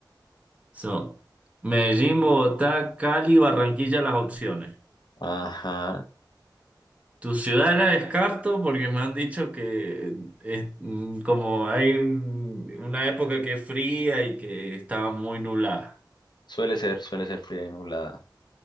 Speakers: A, on the right; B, on the left.
A: Son Medellín, Bogotá, Cali, Barranquilla, las opciones.
B: Ajá.
A: Tu ciudad la descarto porque me han dicho que es, mm, como hay un- una época que es fría y que estaba muy nublada.
B: Suele ser, suele ser fría y nublada,